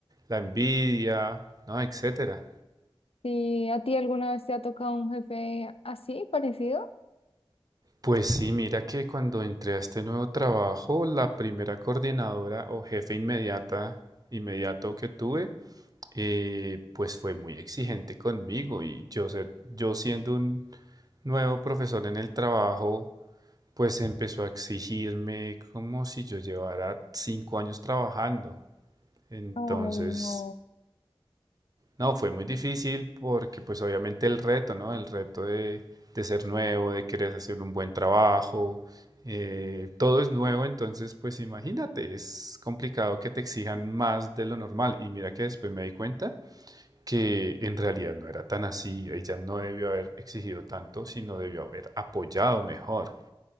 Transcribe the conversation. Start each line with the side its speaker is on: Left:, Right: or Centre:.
Right: la envidia, ¿no? Etcétera.
Left: ¿Y a ti alguna vez te ha tocado un jefe así, parecido?
Right: Pues sí, mira que cuando entré a este nuevo trabajo, la primera coordinadora o jefe inmediata, inmediato que tuve, eh, pues fue muy exigente conmigo y yo, sé- yo siendo un nuevo profesor en el trabajo, pues empezó a exigirme como si yo llevara cinco años trabajando. Entonces,
Left: Ay, no.
Right: no, fue muy difícil porque pues obviamente el reto, ¿no? El reto de, de ser nuevo, de querer hacer un buen trabajo, eh, todo es nuevo, entonces pues imagínate, es complicado que te exijan más de lo normal. Y mira que después me di cuenta que en realidad no era tan así, ella no debió haber exigido tanto, sino debió haber apoyado mejor.